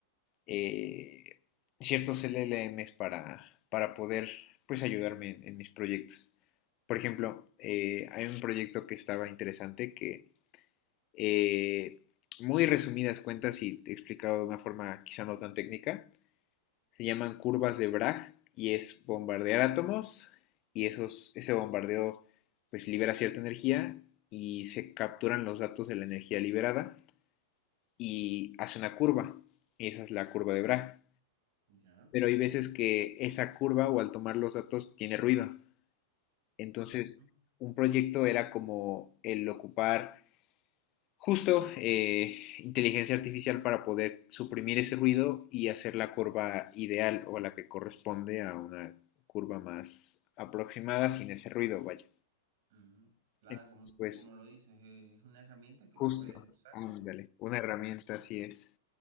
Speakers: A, on the left; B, on the right.
A: eh, ciertos LLMs para, para poder, pues, ayudarme en, en mis proyectos. Por ejemplo, eh, hay un proyecto que estaba interesante que eh, muy resumidas cuentas y explicado de una forma quizá no tan técnica. Se llaman curvas de Bragg y es bombardear átomos y esos, ese bombardeo pues libera cierta energía y se capturan los datos de la energía liberada y hace una curva y esa es la curva de Bragg.
B: digamos.
A: Pero
B: Ya.
A: hay veces que esa curva o al tomar los datos tiene ruido. Entonces,
B: Ujú,
A: un proyecto era como el ocupar justo eh, inteligencia artificial para poder suprimir ese ruido y hacer la curva ideal o la que corresponde a una curva más aproximada sin ese ruido, vaya.
B: ujú. Claro,
A: Entonces,
B: como,
A: pues
B: como lo dices, eh, es una herramienta que
A: justo,
B: puedes usar,
A: ándale,
B: ¿no? Sí.
A: una herramienta así es.